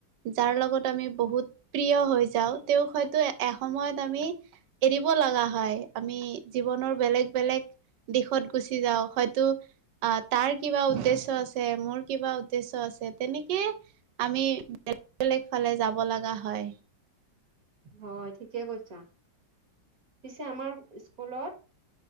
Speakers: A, on the right; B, on the right.
A: যাৰ লগত আমি বহুত প্ৰিয় হৈ যাওঁ তেওঁক হয়তো এসময়ত আমি এৰিব লাগা হয়, আমি জীৱনৰ বেলেগ- বেলেগ দিশত গুচি যাওঁ হয়তো অ তাৰ কিবা উদ্দেশ্য আছে, মোৰ কিবা উদ্দেশ্য আছে তেনেকে আমি বেলেগ - বেলেগ ফালে যাব লাগা হয়।
B: হয় ঠিকে কৈছা, পিছে আমাৰ স্কুলত